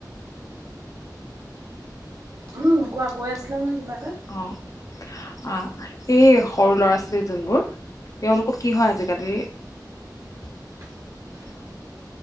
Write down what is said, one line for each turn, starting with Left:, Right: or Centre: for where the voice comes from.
Right: উম কোৱা কৈ আছিলা নহয় কিবা এটা,
Left: অ', অ এই সৰু ল'ৰা ছোৱালী যোনবোৰ তেওঁলোকক কি হয় আজিকালি,
Right: ফু ফা